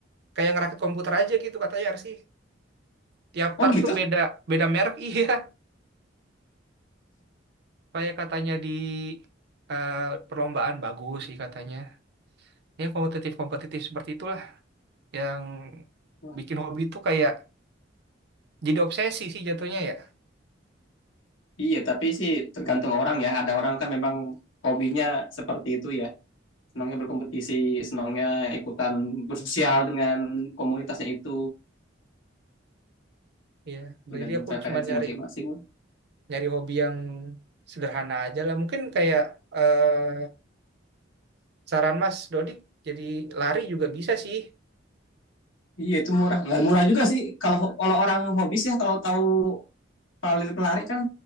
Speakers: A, on the right (about 60°); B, on the left (about 85°).
A: kayak ngerakit komputer aja gitu katanya RC. Tiap
B: oh
A: part
B: gitu
A: tuh beda beda merek <laughs> iya. Kayak katanya di eh, perlombaan bagus sih katanya. Ya kompetitif kompetitif seperti itulah yang
B: Wah,
A: bikin hobi itu kayak jadi obsesi sih jatuhnya ya.
B: iya tapi sih tergantung orang ya ada orang kan memang hobinya seperti itu ya senangnya berkompetisi senangnya ikutan bersosial dengan komunitasnya itu
A: Iya,
B: tergantung
A: jadi aku
B: preferensi
A: cuma nyari
B: masing-masing
A: nyari hobi yang sederhana aja lah. Mungkin kayak eh, saran Mas Dodik jadi lari juga bisa sih.
B: Iya itu murah, nggak murah juga sih. Kalau kalau orang hobi sih, ya, kalau tahu pelari pelari kan